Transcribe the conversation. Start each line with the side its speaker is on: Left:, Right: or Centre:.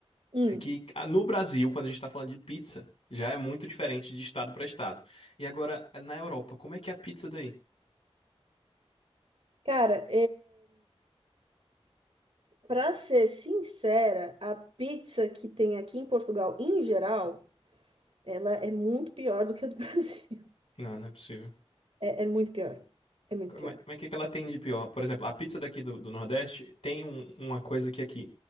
Right: hum.
Left: É que ah, no Brasil, quando a gente tá falando de pizza, já é muito diferente de estado pra estado. E agora, na Europa, como é que é a pizza daí?
Right: Cara, Para ser sincera, a pizza que tem aqui em Portugal, em geral, ela é muito pior do que a do <laughs> Brasil.
Left: Não, não é possível.
Right: É, é muito pior. É muito
Left: Como
Right: pior.
Left: é, como é que é que ela tem de pior? Por exemplo, a pizza daqui do, do Nordeste tem um- uma coisa que aqui.